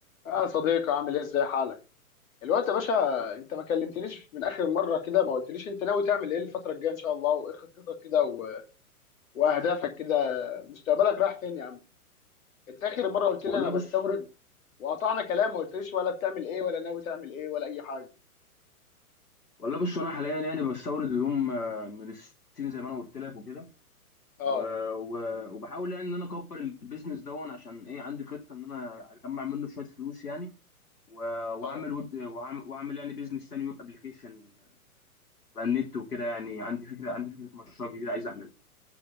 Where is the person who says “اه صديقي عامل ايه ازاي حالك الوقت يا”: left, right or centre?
Left